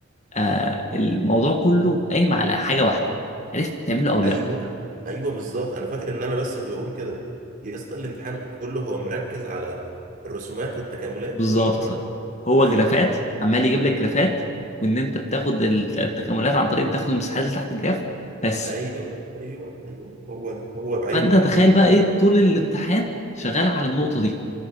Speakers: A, on the left; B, on the right.
A: آه الموضوع كله قايم على حاجه واحده عرفت تعمله او لا
B: ايوه ايوه بالظبط انا فاكر ان انا بس اللي بقول كده يا اسطى الامتحان كله هو مركز على الرسومات والتكاملات
A: بالظبط
B: وشكرا
A: هو
B: فاهم
A: جرافات عمال يجيب لك جرافات وان انت
B: مم.
A: بتاخد ال- التكاملات عن طريق بتاخد المساحات اللي تحت الجراف بس
B: ايوه ايوه ايوه هو ده هو بعينه
A: فانت تخيل بقى ايه طول الامتحان شغال على النقطة دي